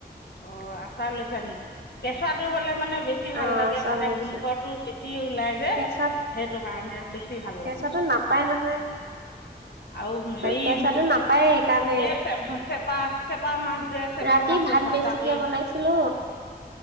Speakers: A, on the left; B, on the right.
A: অ' আচাৰ লৈছা নেকি? কেঁচাটো হলে মানে বেছি
B: অ
A: ভাল লাগে
B: আচাৰ
A: মানে
B: লৈছো
A: গোন্ধটো বেছি। ওলাই যে
B: কেঁচাত
A: সেইটো কাৰণে বেছি ভাল লাগে।
B: কেঁচাটো নাপায় নহয়
A: আৰু হেৰি
B: কেঁচাটো নাপায় সেইকাৰণে
A: এই চেপা-চেপা মাছ যে চেপা
B: ৰাতি
A: মাছো
B: ভাত বেছিকে
A: কৰি
B: বনাইছিলো,